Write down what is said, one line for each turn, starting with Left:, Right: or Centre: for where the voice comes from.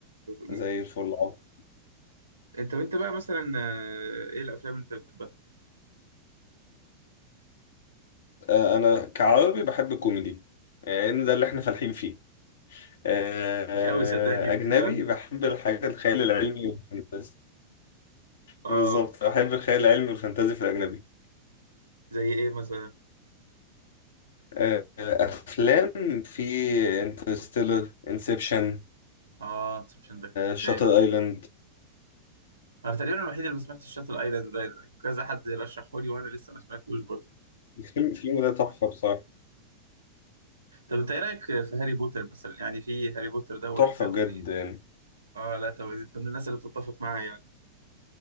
Right: م-
Left: زي الفل عظيم.
Right: انت انت بقى مثلا آه ايه الافلام اللي انت بتحبها
Left: آه، أنا كعربي بحب الكوميدي لأن ده اللي إحنا فالحين فيه آه،
Right: مش قوي صدقني
Left: آه، أجنبي
Right: <laughs> أنا-
Left: بحب الحاجات الخيال العلمي والفانتازي
Right: اه
Left: بالظبط بحب الخيال العلمي والفانتازي في الأجنبي
Right: زي ايه مثلا
Left: آه، افلام في انترستيلر انسبشن
Right: اه انسبشن ده كان
Left: شاتر
Right: جامد
Left: ايلاند
Right: انا تقريبا الوحيد اللي ما سمعتش شاتل ايلاند ده كذا حد رشحه لي وانا لسه ما سمعتوش برضه
Left: الفيلم الفيلم ده تحفه بصراحه
Right: طب انت ايه رايك في هاري بوتر مثلا يعني في هاري بوتر ده واجزائه
Left: تحفه بجد
Right: في
Left: يعني
Right: اه لا طب انت من الناس اللي بتتفق معايا يعني